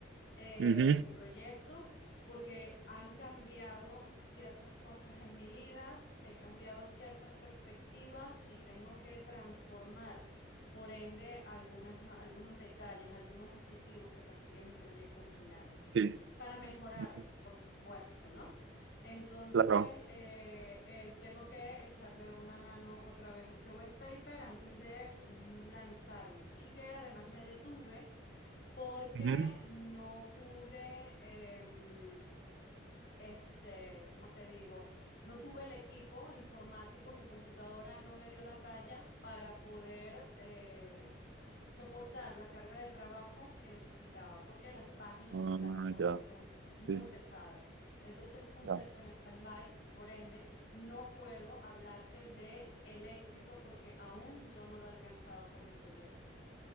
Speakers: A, on the left; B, on the right.
A: eh,
B: Ujú,
A: de mi proyecto porque han cambiado ciertas cosas en mi vida, he cambiado ciertas perspectivas y tengo que transformar, por ende, algunas, algunos detalles, algunos objetivos que persigue mi proyecto original
B: sí.
A: para mejorarlos,
B: Ujú,
A: por supuesto, ¿no? Entonces,
B: Claro.
A: eh, eh, tengo que echarle una mano otra vez a ese white paper antes de mm, lanzarme y que además me detuve porque
B: Ujú.
A: no pude, em, este, ¿cómo te digo? No tuve el equipo informático, mi computadora no me dio la talla para poder eh, soportar la carga de trabajo que necesitaba, porque las páginas,
B: Ah,
A: las plataformas
B: ya,
A: son muy
B: sí,
A: pesadas. Entonces puse
B: ya.
A: eso en stand-by y por ende no puedo hablarte de el éxito porque aún yo no lo he alcanzado con mi proyecto.